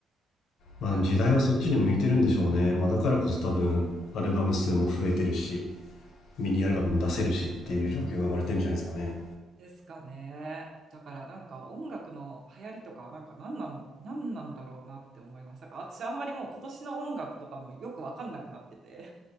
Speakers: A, on the left; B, on the right.
A: まあ、
B: いや
A: あの時代はそっちに向いてるんでしょうね。まあ、だからこそ多分、アルバム数も増えてるし、ミニアルバムも出せるしっていう状況が生まれてるんじゃないですかね。
B: ですかね。だからなんか音楽の流行りとかなんか何なん、何なんだろうなって思いました。だから私あんまりもう今年の音楽とかもよくわかんなくなってて、